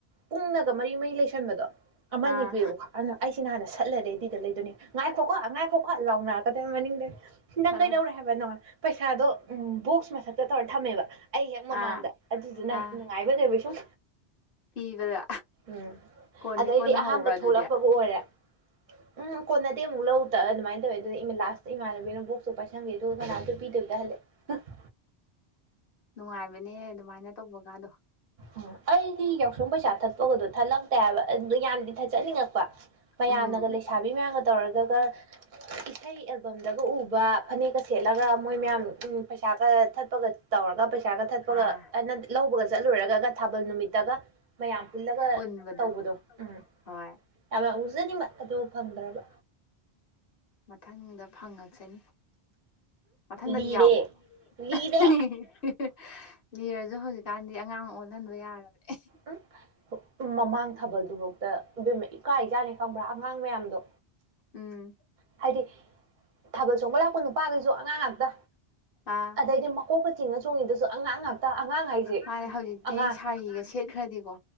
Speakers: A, on the right (about 50°); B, on the left (about 55°).
A: ꯀꯨꯡꯅꯒ ꯃꯔꯤ ꯃꯔꯤ ꯂꯩꯁꯟꯕꯗꯣ ꯑꯃ
B: ꯑꯥ
A: ꯅꯤ ꯄꯤꯌꯦꯕꯀꯣ ꯑꯗꯨꯅ ꯑꯩꯁꯤꯅ ꯍꯥꯟꯅ ꯁꯠꯂ ꯔꯦꯗꯤꯗ ꯂꯩꯗꯨꯅꯤ ꯉꯥꯏꯈꯣꯀꯣ ꯉꯥꯏꯈꯣꯀꯣ ꯂꯥꯎꯅꯔꯛꯀꯗꯣꯢ ꯃꯅꯤꯡ ꯅꯪ
B: ꯑꯥ
A: ꯀꯩꯗꯧꯔꯦ ꯍꯥꯏꯕꯅꯣ ꯄꯩꯁꯥꯗꯣ ꯑꯝ ꯕꯣꯛꯁ ꯃꯊꯛꯇ ꯇꯧꯔ ꯊꯝꯃꯦꯕ ꯑꯩ ꯍꯦꯛ ꯃꯃꯥꯡꯗ
B: ꯑꯥ
A: ꯑꯗꯨꯗꯨꯅ
B: ꯑꯥ
A: ꯅꯨꯡꯉꯥꯏꯕꯣꯢ ꯀꯩꯕꯣꯢ ꯁꯨꯝ
B: ꯄꯤꯕꯗ
A: ꯎꯝ
B: ꯀꯣꯟꯗꯤ
A: ꯑꯗꯩꯗꯤ
B: ꯀꯣꯟꯅ
A: ꯑꯍꯥꯟꯕ
B: ꯍꯧꯕ꯭ꯔꯥ ꯑꯗꯨꯗꯤ
A: ꯊꯣꯛꯂꯛꯄꯕꯨ ꯑꯣꯏꯔꯦ ꯎꯝ ꯀꯣꯟꯅꯗꯤ ꯑꯃꯨꯛ ꯂꯧ ꯇ ꯑꯗꯨꯃꯥꯏꯅ ꯇꯧꯋꯦ ꯑꯗꯨ ꯏ ꯂꯥꯁꯇ ꯏꯃꯥꯟꯅꯕꯤꯅ ꯕꯣꯛꯁꯇꯨ ꯄꯥꯏꯁꯟꯈꯤ ꯑꯗꯨꯒ ꯀꯅꯥ ꯄꯤꯗꯕꯤꯗ ꯍꯜꯂꯛꯑꯦ
B: ꯅꯨꯡꯉꯥꯏꯕꯅꯦ ꯑꯗꯨꯃꯥꯏꯅ ꯇꯧꯕꯀꯥꯗꯣ
A: ꯎꯝ ꯑꯩꯗꯤ ꯌꯥꯎꯁꯪ ꯄꯩꯁꯥ ꯊꯠꯄꯒꯗꯣ ꯊꯠꯂꯛꯇꯦ ꯍꯥꯏꯕ ꯑꯗꯨ ꯌꯥꯝꯅꯗꯤ ꯊꯠꯆꯅꯤꯡꯉꯛꯄ ꯃꯌꯥꯝ
B: ꯎꯝ
A: ꯑꯗꯣ ꯂꯩꯁꯥꯕꯤ ꯃꯌꯥꯝꯒ ꯇꯧꯔꯒꯒ ꯏꯁꯩ ꯑꯦꯜꯕꯝꯗꯒ ꯎꯕ ꯐꯅꯦꯛꯀ ꯁꯦꯠꯂꯒ ꯃꯣꯏ ꯃꯌꯥꯝ ꯎ ꯄꯩꯁꯥꯒ ꯊꯠꯄꯒ ꯇꯧ ꯄꯩꯁꯥꯒ ꯊꯠꯄꯒ
B: ꯑꯥ
A: ꯑ ꯅꯠ ꯂꯧꯕꯒ ꯆꯠꯂꯨꯔꯒ ꯊꯥꯕꯜ ꯅꯨꯃꯤꯠꯇꯒ ꯃꯌꯥꯝ ꯄꯨꯜꯂꯒ
B: ꯄꯨꯟꯕꯗꯣ
A: ꯇꯧꯕꯗꯣ ꯎꯝ
B: ꯍꯣꯏ
A: ꯌꯥꯝ ꯌꯥꯎ ꯖꯅꯤꯡꯕ ꯑꯗꯨ ꯐꯪꯗ꯭ꯔꯕ
B: ꯃꯊꯪꯗ ꯐꯪꯉꯛꯁꯅꯤ ꯃꯊꯪꯗꯗꯤ
A: ꯂꯤꯔꯦ
B: ꯌꯥꯎꯋꯣ
A: ꯂꯤꯔꯦ
B: <unintelligible> ꯂꯤꯔꯁꯨ ꯍꯧꯖꯤꯛꯀꯥꯟꯗꯤ ꯑꯉꯥꯡ ꯑꯣꯜꯍꯟꯕ ꯌꯥꯔꯕꯅꯦ
A: ꯎꯝ ꯃꯃꯥꯡ ꯊꯥꯕꯜꯗꯨꯐꯥꯎꯇ ꯏꯕꯦꯝꯃ ꯏꯀꯥꯖꯥꯅꯤ ꯈꯪꯕ꯭ꯔꯥ ꯑꯉꯥꯡ ꯃꯌꯥꯝꯗꯣ
B: ꯎꯝ
A: ꯍꯥꯏꯗꯤ ꯊꯥꯕꯜ ꯆꯣꯡꯕ ꯂꯥꯛꯄ ꯅꯨꯄꯥꯈꯩꯁꯨ ꯑꯉꯥꯡ ꯉꯥꯛꯇ
B: ꯑꯥ
A: ꯑꯗꯩꯗꯤ ꯃꯀꯣꯛ ꯆꯤꯡꯉ ꯆꯣꯡꯉꯤꯗꯨꯁꯨ ꯑꯉꯥꯡ ꯉꯥꯛꯇ ꯑꯉꯥꯡ ꯍꯥꯏꯁꯦ
B: ꯃꯥꯅꯦ ꯍꯧꯖꯤꯛꯇꯤ
A: ꯑꯉꯥꯡ
B: ꯁꯥꯔꯤꯒ ꯁꯦꯠꯈ꯭ꯔꯗꯤꯀꯣ